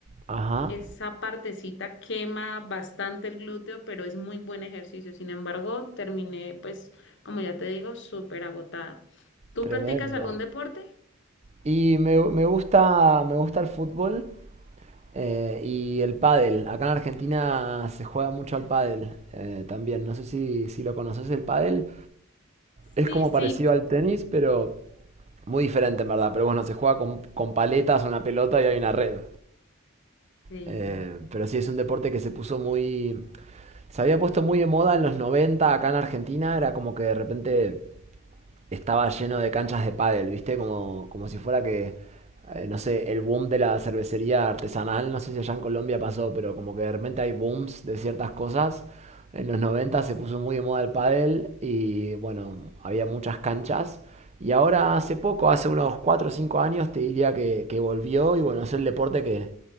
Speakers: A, on the right; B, on the left.
A: Ajá,
B: Esa partecita quema bastante el glúteo, pero es muy buen ejercicio. Sin embargo, terminé, pues, como ya te digo, súper agotada. ¿Tú
A: tremendo.
B: practicas algún deporte?
A: Y me, me gusta, me gusta el fútbol eh, y el pádel. Acá en Argentina se juega mucho al pádel eh, también. No sé si, si lo conoces el pádel. es
B: Sí,
A: como
B: sí.
A: parecido al tenis, pero muy diferente en verdad. Pero bueno, se juega con, con paletas, una pelota y hay una red.
B: Sí.
A: Eh, pero sí, es un deporte que se puso muy... Se había puesto muy de moda en los 90 acá en Argentina. Era como que de repente estaba lleno de canchas de pádel, ¿viste? Como, como si fuera que, eh, no sé, el boom de la cervecería artesanal, no sé si allá en Colombia pasó, pero como que de repente hay booms de ciertas cosas. En los 90 se puso muy de moda el pádel y bueno, había muchas canchas. Y ahora hace poco, hace unos 4 o 5 años, te diría que, que volvió y bueno, es el deporte que,